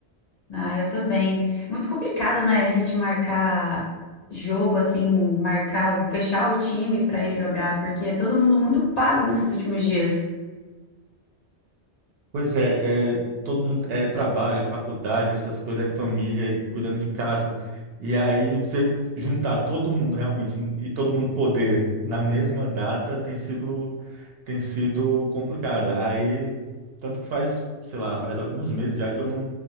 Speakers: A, on the left; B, on the right.
A: Ah, eu também. É Muito complicado, né? A gente marcar jogo, assim, marcar, o- fechar o time pra ir jogar, porque é todo mundo muito ocupado nesses últimos dias.
B: Pois é, é, todo mundo é trabalho, é faculdade, essas coisas, é família, cuidando de casa. E aí você juntar todo mundo realmente e todo mundo poder na mesma data tem sido tem sido complicada. Aí, tanto que faz, sei lá, faz alguns meses já que eu não,